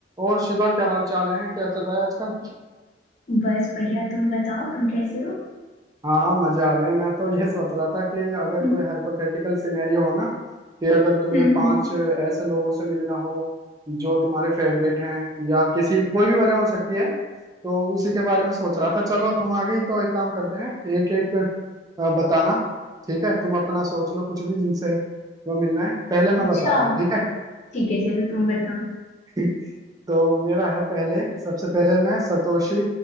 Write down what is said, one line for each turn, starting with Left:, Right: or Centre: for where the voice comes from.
Right: और शिवा क्या हाल चाल है क्या चल रहा है आजकल
Left: बस बढ़िया तुम बताओ तुम कैसे हो
Right: हाँ हाँ मजे आ रहे हैं मैं तो ये सोच रहा था कि अगर
Left: हम्म
Right: कोई हाइपोथेटिकल सिनेरियो हो ना कि अगर तुम्हें
Left: हम्म
Right: पांच
Left: हम्म,
Right: ऐसे लोगों से मिलना हो जो तुम्हारे फेवरेट हैं या किसी कोई भी वजह हो सकती है तो उसी के बारे में सोच रहा था चलो तुम आ गई तो एक काम करते हैं एक एक अ, बताना ठीक है तुम अपना सोच लो कुछ भी जिनसे तुम्हें मिलना है पहले मैं
Left: अच्छा
Right: बताता हूँ ठीक
Left: ठीक है चलो तुम बताओ
Right: है <laughs> तो मेरा है पहले सबसे पहले मैं सतोशी